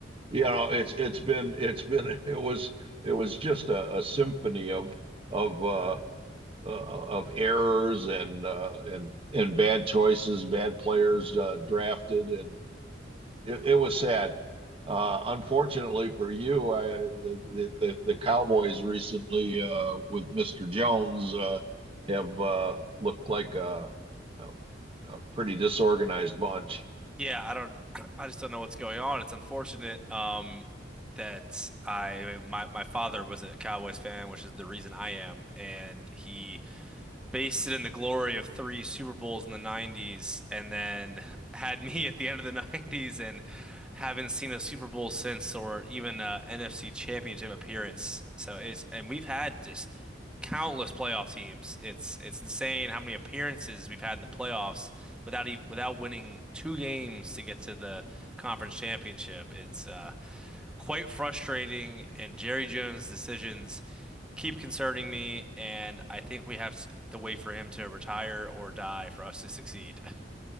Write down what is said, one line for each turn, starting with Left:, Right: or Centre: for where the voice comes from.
Right: you know it's it's been it's been it was it was just a, a symphony of of uh, uh of errors and uh and and bad choices bad players uh, drafted and it, it was sad uh unfortunately for you I the the, the, Cowboys recently uh with Mr. Jones uh have uh looked like a, a, a pretty disorganized bunch
Centre: Yeah, I don't <clears throat> I just don't know what's going on. It's unfortunate um that I my my father was a Cowboys fan, which is the reason I am, and he based it in the glory of three Super Bowls in the 90s and then <laughs> had me at the end of the <laughs> 90s and haven't seen a Super Bowl since, or even a NFC Championship appearance. So it's and we've had just countless playoff teams. It's it's insane how many appearances we've had in the playoffs without e without winning two games to get to the conference championship. It's uh, quite frustrating, and Jerry Jones' decisions keep concerning me, and I think we have to wait for him to retire or die for us to succeed. <laughs>